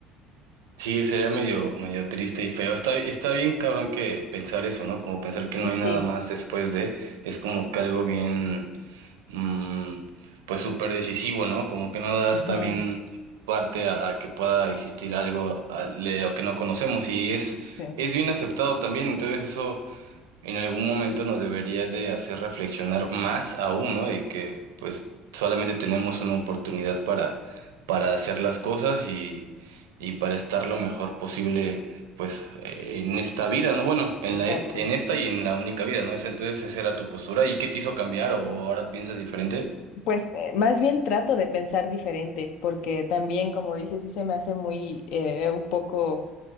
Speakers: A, on the right; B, on the left.
A: Sí, sería medio, medio triste y feo. Está, está bien cabrón que pensar eso, ¿no? Como pensar que no hay
B: Sí,
A: nada más después de, es como que algo bien, mm, pues súper decisivo, ¿no? Como que no das
B: ujú,
A: también parte a, a que pueda existir algo a- de lo que no conocemos y es,
B: sí,
A: es bien aceptado también, entonces eso en algún momento nos debería de hacer reflexionar más aún, ¿no? De que pues solamente tenemos una oportunidad para, para hacer las cosas y, y para estar lo mejor posible pues eh, en esta vida, ¿no? Bueno, en
B: exacto.
A: la est- en esta y en la única vida, ¿no? Ese- Entonces esa era tu postura. ¿Y qué te hizo cambiar o ahora piensas diferente?
B: Pues eh, más bien trato de pensar diferente, porque también, como dices, sí se me hace muy eh, un poco